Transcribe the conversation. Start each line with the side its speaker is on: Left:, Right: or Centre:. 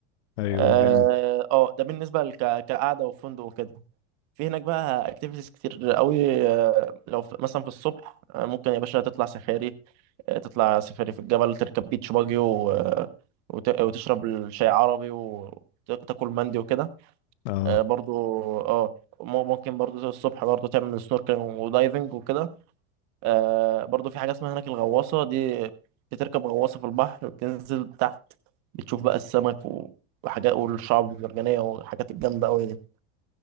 Left: ايوه
Right: اه
Left: جامد
Right: آه، ده بالنسبة لك كقعدة وفندق وكده في هناك بقى اكتيفيتيز كتير قوي آه، لو في مثلا في الصبح آه، ممكن يا باشا تطلع سفاري آه، تطلع سفاري في الجبل تركب بيتش باجي و... آه، وت... وتشرب الشاي عربي وتاكل مندي وكده
Left: اه
Right: آه، برضو اه مم- ممكن برضو الصبح برضو تعمل سنوركلينج ودايفنج وكده آه، برضو في حاجة اسمها هناك الغواصة دي بتركب غواصة في البحر بتنزل تحت بتشوف بقى السمك و... وحاجات والشعب المرجانية والحاجات الجامدة قوي دي